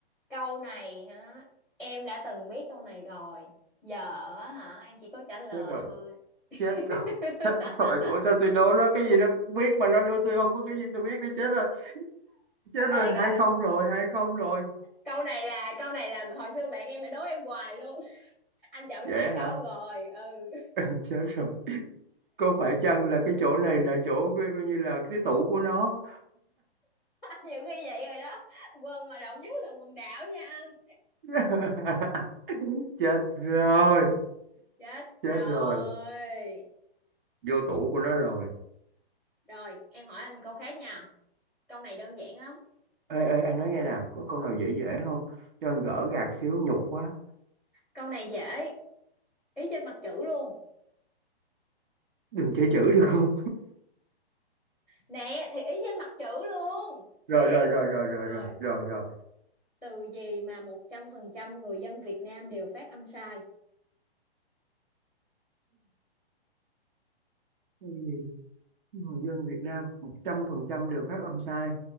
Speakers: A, in the centre; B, on the right.
A: câu này hả em đã từng biết câu này rồi giờ á hả em chỉ có trả lời
B: Chết rồi,
A: thôi
B: chết rồi.
A: <laughs>
B: Chết rồi, ủa sao tôi đố nó cái gì nó cũng biết mà nó đưa tôi không có cái gì tôi biết đi chết rồi, chết rồi,
A: ê câu
B: hai không rồi, hai không rồi,
A: câu này là câu này là hồi xưa bạn em đố em hoài luôn <laughs> anh chọn
B: dễ
A: sai
B: hả?
A: câu rồi ừ
B: <laughs> Chết rồi. Có phải chăng là cái chỗ này là chỗ coi coi như là cái tủ của nó?
A: <laughs> nhiều khi vậy rồi đó quân mà rộng nhất là quần đảo nha anh
B: <laughs> Chết rồi,
A: chết
B: chết
A: rồi
B: rồi, vô tủ của nó rồi.
A: rồi em hỏi anh câu khác nha câu này đơn giản lắm
B: Ê, ê, anh nói nghe nè, có câu nào dễ dễ không? Cho anh gỡ gạc xíu, nhục quá.
A: câu này dễ ý trên mặt chữ luôn
B: Đừng chê chữ được không?
A: nè thì ý trên mặt chữ luôn thiệt
B: Rồi, rồi, rồi, rồi, rồi,
A: rồi
B: rồi, rồi, rồi.
A: từ gì mà 100% người dân Việt Nam đều phát âm sai
B: Cái gì? Người dân Việt Nam 100% đều phát âm sai.